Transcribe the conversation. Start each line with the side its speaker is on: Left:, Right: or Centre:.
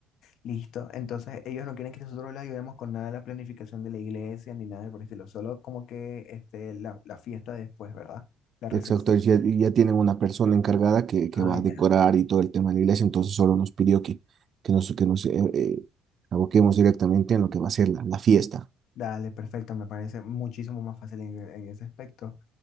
Left: Listo. Entonces, ellos no quieren que nosotros les ayudemos con nada de la planificación de la iglesia ni nada por el estilo. Solo como que este, la, la fiesta después, ¿verdad? La recepción.
Right: Exacto, y ya, y ya tienen una persona encargada que, que
Left: Ah,
Right: va a decorar
Left: ya.
Right: y todo el tema de la iglesia, entonces solo nos pidió que, que nos, que nos eh, eh, aboquemos directamente en lo que va a ser la, la fiesta.
Left: Dale, perfecto. Me parece muchísimo más fácil en en ese aspecto.